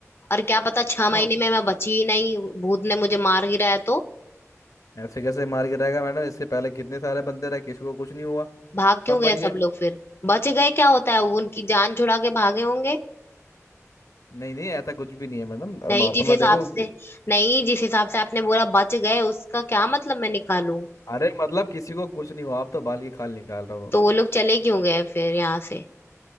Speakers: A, on the left; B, on the left.
A: और क्या पता छह
B: हम
A: महीने में मैं बची ही नहीं भूत ने मुझे मार गिराया है तो
B: ऐसे कैसे मार के रहेगा मैडम इससे पहले कितने सारे बंदे रहे किसी को कुछ नहीं हुआ
A: भाग क्यों
B: सब
A: गए
B: बच
A: सब
B: गए
A: लोग फिर बच गए क्या होता है वो उनकी जान छुड़ा के भागे होंगे
B: नहीं नहीं ऐसा कुछ भी नहीं है मैडम
A: नहीं
B: अब अपना
A: जिस हिसाब
B: देखो
A: से नहीं जिस हिसाब से आपने बोला बच गए उसका क्या मतलब मैं निकालूं
B: अरे मतलब किसी को कुछ नहीं हुआ आप तो बाल की खाल निकाल रहे हो
A: तो वो लोग चले क्यों गए फिर यहाँ से